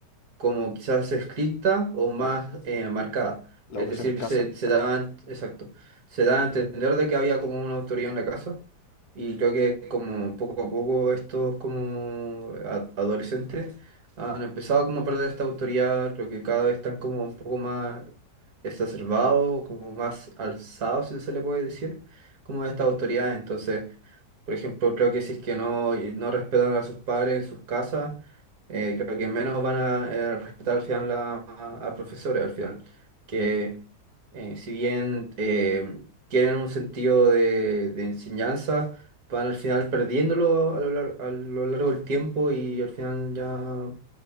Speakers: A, on the right (about 60°); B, on the left (about 70°).
A: como quizás escrita o más
B: Claro.
A: eh, marcada.
B: La
A: Es
B: educación
A: decir,
B: en casa,
A: se, se
B: claro,
A: da, exacto, se da a entender de que había como una autoría en la casa y creo que como poco a poco estos como a- adolescentes han empezado como a perder esta autoría, creo que cada vez están como un poco más exacerbados, como más alzados, si se le puede decir, como esta autoridad. Entonces... Por ejemplo, creo que si es que no, no respetan a sus padres en sus casas, eh, creo que menos van a eh, respetar al final la- a, a profesores, al final. Que eh, si bien eh, tienen un sentido de, de enseñanza, van al final perdiéndolo a lo, lar- a lo largo del tiempo y al final ya